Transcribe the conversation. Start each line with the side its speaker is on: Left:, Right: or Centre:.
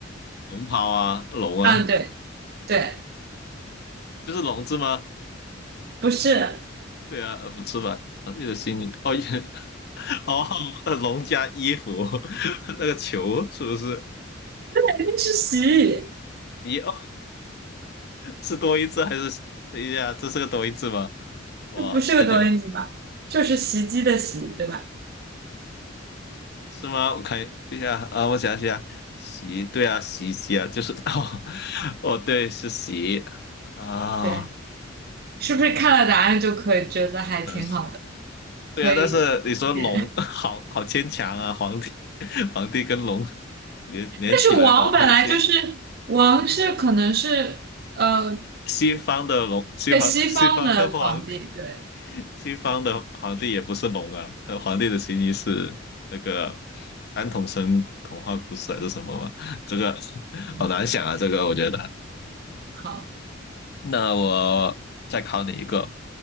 Left: 龙袍啊，龙啊，
Right: 嗯，对对，
Left: 就是龙字吗？
Right: 不是，
Left: 对啊，呃，不是吧？啊，你的心里哦也 <laughs> 哦，呃龙加衣服 <laughs> 那个球是不是？
Right: 肯定是洗
Left: 一哦，是多音字还是？等一下，这是个多音字吗？哇，
Right: 这不是个多音字吧？
Left: 太久
Right: 就是袭击的袭，对吧？
Left: 是吗？我看，对呀，啊，我想想，洗，对啊，洗衣机啊，就是 <laughs> 哦，哦，对，是洗啊，
Right: 对，是不是看了答案就可以觉得还挺好的，
Left: 哦，可能是
Right: 可以一点？
Left: 对啊，但是你说龙，<laughs> 好好牵强啊，皇帝，<laughs> 皇帝跟龙连连起来好，
Right: 但是王本来就是王是可能是呃
Left: 好牵，西方的龙，西方西方的皇帝，
Right: 对西方的皇帝，对，
Left: 西方的皇帝也不是龙啊，呃皇帝的形意是那个安徒生童话故事还是什么嘛？这个
Right: 嗯，
Left: 好难想啊，这个我觉得。
Right: 好，
Left: 那我再考你一个，